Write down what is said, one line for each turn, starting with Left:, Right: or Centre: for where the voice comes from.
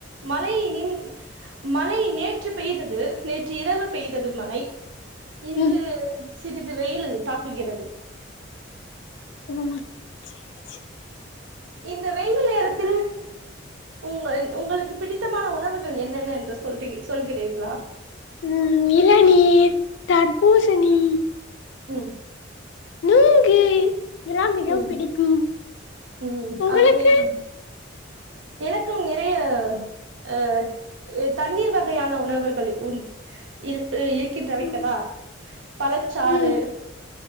Right: மழைய நின் மழை நேற்று பெய்தது நே ற்று இரவு பெய்தது மழை இன்று
Left: ம்
Right: சிறிது வெயில் தாக்குகிறது
Left: ஓ செரி செரி
Right: இந்த வெயில் நேரத் தில் உங்கள் உங்களுக்கு பிடித்தமான உணவுகள் என்னென்ன என்று சொல்றீ சொல்கிறீர்களா
Left: உம் இளநீ தர்பூசணி
Right: உம்
Left: நுங்கு இதெல்லாம் மிகவும்
Right: ம்
Left: பிடிக்கும்
Right: ம்
Left: உங்களுக்கு
Right: அருமையான எனக்கும் நிறைய அஹ் தண்ணீர் வகையான உணவுகள் உ இல் இயக்கின்றவை
Left: ம்
Right: கதா பழச்சாறு
Left: ம்